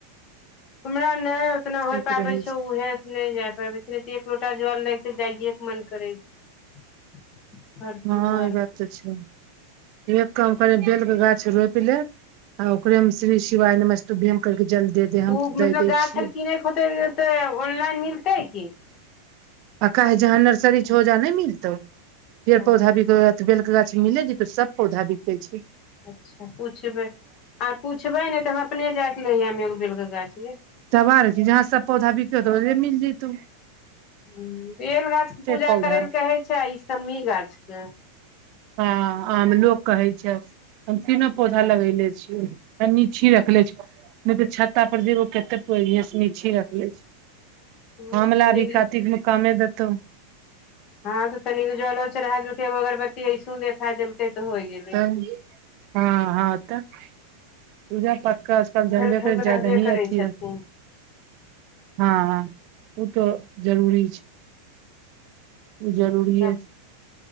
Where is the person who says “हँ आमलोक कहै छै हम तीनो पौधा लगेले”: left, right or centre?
Right